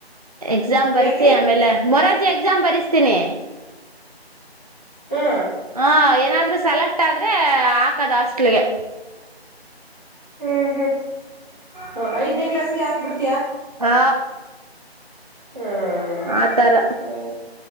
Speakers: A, on the right; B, in the centre.
A: ಎಕ್ಸಾಮ್ ಬರ್ಸಿ
B: ಯಾಕೆ
A: ಆಮೇಲೆ ಮೂರಾರ್ಜಿ ಎಕ್ಸಾಮ್ ಬರಿಸ್ತೀನಿ
B: ಹಾ
A: ಹ ಏನಾದ್ರೂ ಸೆಲೆಕ್ಟ್ ಆದ್ರೆ ಹಾಕದ ಹಾಸ್ಟೆಲ್ ಗೆ
B: ಹ್ಮ್ ಹ್ಮ್ ಐದ್ನೇ ಕ್ಲಾಸ್ಗೆ ಹಾಕ್ಬಿಡ್ತತ್
A: ಹಾ
B: ಹ್ಮ್
A: ಆತರ
B: ಸರಿ